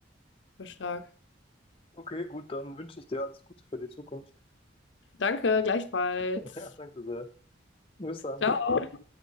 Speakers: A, on the left; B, on the left.
A: Voll stark.
B: Okay, gut, dann wünsche ich dir alles Gute für die Zukunft. <laughs>
A: Danke, gleichfalls.
B: Ja, danke sehr. Bis dann.
A: Ciao.